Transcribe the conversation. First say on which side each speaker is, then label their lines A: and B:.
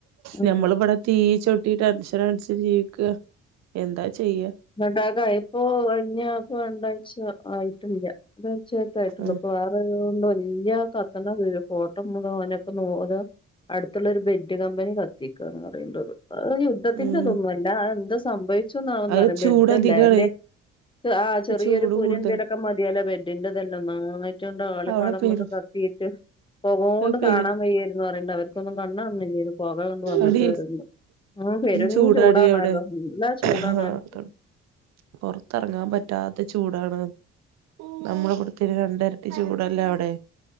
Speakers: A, on the left; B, on the right.
A: ഉം
B: ഞമ്മളിവിടെ തീയി ചവിട്ടീട്ട് ടെൻഷനടിച്ച് ജീവിക്കുവാ എന്താ ചെയ്യാ
A: ന്ന്ണ്ടാകാ അയിപ്പോ കഴിഞ്ഞ അപ്പ രണ്ടാഴ്ച്ച ആയിട്ടില്ല എന്താച്ചാ ക്ക്യായിട്ടുള്ളൂ
B: ഉം
A: ഇപ്പൊ വേറെ അത് കൊണ്ട് വല്ല്യ കത്തണ വീ ഫോട്ടോ മുഴുവനൊക്കെ നോ അത് അടുത്തുള്ളൊരു ബെഡ് കമ്പനി കത്തിക്കാന്ന് പറയേണ്ടത് ആഹ് യു ദ്ധത്തിന്റെതൊന്നും
B: ഉം
A: അല്ലാ അതെന്തോ സംഭവിച്ചൂന്ന് ആന്ന്
B: അത്
A: പറയും
B: ചൂട്
A: ബെഡല്ലേ
B: അധികാണ്
A: എ ആഹ് ചെറിയൊരു
B: ചൂട്
A: പുരി
B: കൂടുതൽ
A: എന്തേലൊക്കെ മതിയല്ലേ ബെഡിന്റെതെല്ലാം നായി റ്റണ്ട് ആളിപ്പടർന്നൊക്കെ
B: അവിടെ പെരും
A: കത്തിയിട്ട് പോകോണ്ട്
B: അത് പെരും
A: കാണാൻ വയ്യായിരുന്നു പറയണ്ട് അവർക്കൊന്നും കണ്ണ് കാണുന്നില്ലാരുന്നു പോകാ കൊണ്ട് വന്നിട്ട്
B: അടി
A: വരുന്നു ഉം പെരും
B: ചൂടാടി
A: ചൂടാണാലോ
B: അവിടെ
A: നല്ല ചൂടാണ്
B: അതാണ്
A: ഓല്ക്ക്
B: പൊറത്തിറങ്ങാൻ പറ്റാത്ത ചൂടാണ് നമ്മളിവിടുക്കൊരു രണ്ടെരട്ടി ചൂടല്ലേ അവിടെ